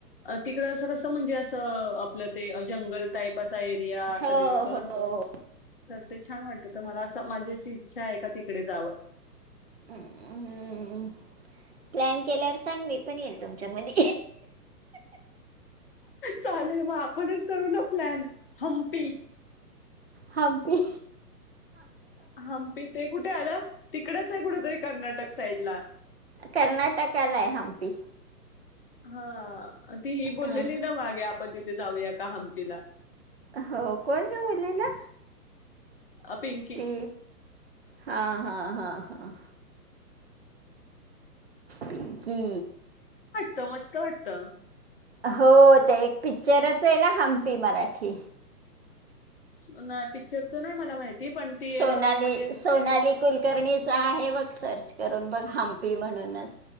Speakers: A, on the left (about 35°); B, on the right (about 45°).
A: अ तिकड अस कसं म्हणजे असं आपलं ते. जंगल टाईप असा एरिया असा
B: हो
A: दिसतो
B: हो
A: ना अस. तर ते छान वाटत तर मला असं माझी अशी इच्छा आहे का तिकडे जावं.
B: म् हम्म प्लॅन केल्यावर सांग म पण येईल तुमच्या मदी.
A: चालेल म आपणच करू ना प्लॅन. हंपी.
B: हबी.
A: हंपी ते कुठे आध तिकडच आहे कुठ तरी कर्नाटक साईड ला.
B: कर्नाटकालाय हम्पी.
A: हा. ती ही बोललेली
B: हं.
A: ना मागे आपण तिथ. ते जाऊया का हंपीला?
B: हो कोण का बोललेला?
A: अ, पिंकी
B: ते. हा हा हा हा. पिं की.
A: त मस्त वाटत.
B: हो ते एक पिकच्चरच आहे ना हंपी मराठी
A: नाही पिक्चरच नाही मला माहिती पण ती
B: सोनाली
A: एक अ, म्हणजे
B: सोनाली
A: कोण
B: कुलकर्णी चा आहे बघ सर्च करून बघ हंपी म्हणूनच.